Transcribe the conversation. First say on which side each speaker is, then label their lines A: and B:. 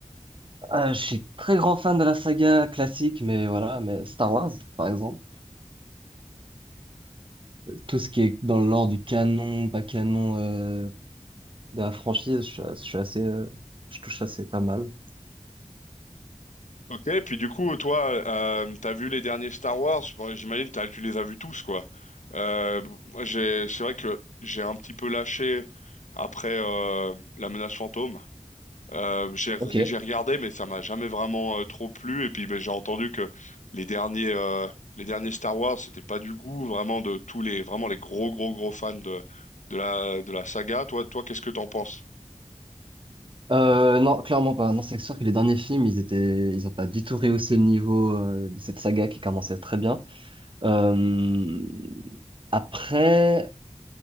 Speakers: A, on the right; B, on the left.
A: Ah, je suis très grand fan de la saga classique, mais voilà, mais Star Wars, par exemple. Tout ce qui est dans l'ordre du canon, pas canon euh, de la franchise, je, suis je suis assez, euh, je touche assez pas mal.
B: Ok, puis du coup, toi, euh, t'as vu les derniers Star Wars? Bon, j'imagine t'as, tu les as vus tous, quoi. Euh, moi, j'ai, c'est vrai que j'ai un petit peu lâché après euh, La Menace Fantôme. Euh, j'ai re-
A: Ok.
B: j'ai regardé, mais ça m'a jamais vraiment euh, trop plu. Et puis ben, j'ai entendu que les derniers euh, les derniers Star Wars, c'était pas du goût vraiment de tous les vraiment les gros gros gros fans de de la de la saga. Toi toi qu'est-ce que t'en penses?
A: Euh, non, clairement pas. Non, c'est sûr que les derniers films, ils étaient, ils ont pas du tout rehaussé le niveau euh, de cette saga qui commençait très bien. Euh, après,